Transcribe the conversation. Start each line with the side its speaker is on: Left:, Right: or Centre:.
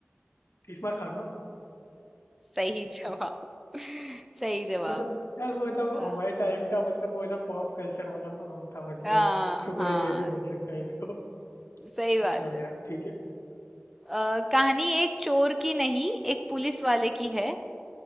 Left: तीसरा खान ना
Centre: सही जवाब <laughs> सही जवाब
Left: वो तो यार वो मतलब
Centre: अ,
Left: हमारे टाइम का मतलब वो है ना पॉप कल्चर वाला सॉन्ग था मतलब
Centre: हाँ
Left: क्यों कोई
Centre: हाँ
Left: कैसे भूल सकता है इसको
Centre: सही बात
Left: मतलब
Centre: है
Left: यार ठीक है
Centre: अ, कहानी एक चोर की नहीं एक पुलिस वाले की है